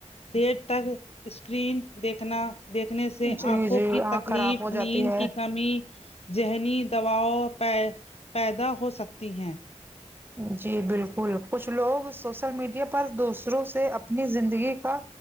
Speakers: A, on the left; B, on the right.
A: دیر تک اسکرین دیکھنا دیکھنے سے سے
B: جی
A: آنکھوں
B: جی
A: کی
B: آنکھ
A: تکلیف
B: خراب ہو جاتی
A: نیند
B: ہے
A: کی کمی ذہنی دواؤ پ پیدا ہو سکتی ہیں
B: جی بالکل کچھ لوگ سوشل میڈیا پر دوسروں سے اپنی زندگی کا